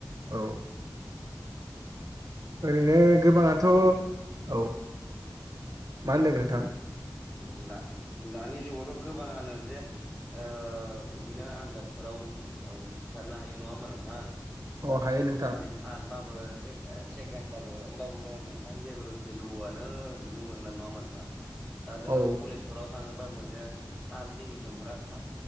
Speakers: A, on the right; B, on the left.
A: औ ओरैनो गोबाङाथ' औ मा होनदों नोंथां?
B: औ दा दानि जुगावथ' गोबाङानो जे ओ इदिनो आनजादफोराव उथिसारनो हायो नङा होमबा नोंथां?
A: औ हायो नोंथां
B: बिदिनो थार्दबाबो सेकेणडबाबो होमबाबो नोंथां जेबो भेलुआनो नुनो मोनला नङामोन। दा दा जोङो
A: औ
B: कलेजफोराव थाङोबाबो जे थार्द डिभिसनफोरा था